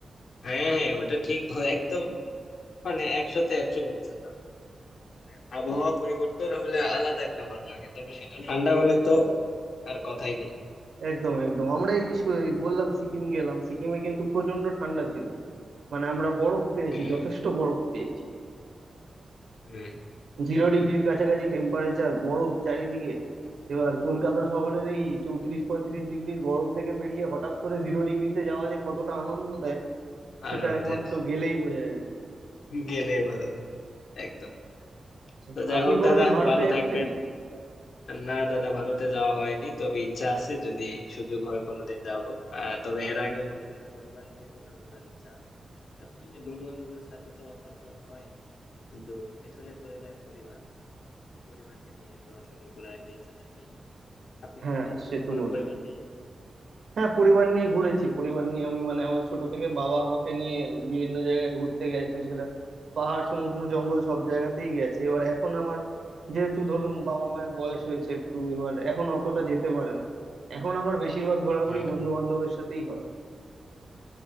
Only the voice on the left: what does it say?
হ্যাঁ হ্যাঁ ওটা ঠিক ব- একদম মানে একশোতে একশো বলছেন দাদা মানে আবহাওয়া পরিবর্তন হলে আলাদা একটা ভালো লাগে তবে সেটা ঠান্ডা হলে তো আর কথাই নেই
হুম
হুম
আনন্দের
গেলেই বোঝা যায় একদম
তো যাই
হোক
দাদা
ভালো
থাকবেন না দাদা ভারতে যাওয়া হয়নি তবে ইচ্ছা আছে যদি সুযোগ হয় কোনোদিন যাব আহ তবে এর আগে অবশ্যই পরিবার নিয়ে কোথাও ঘোরার ইচ্ছা আছে কারণ ওই যে বন্ধু বান্ধবদের সাথে তো সবসময় হয় কিন্তু পেছনে পড়ে যায় পরিবার তো পরিবারকে নিয়ে তো আসলে ঘোরার একটা ইচ্ছা থাকেই আপনি
কি গিয়েছেন
কখনো
পরিবার নিয়ে
হুম।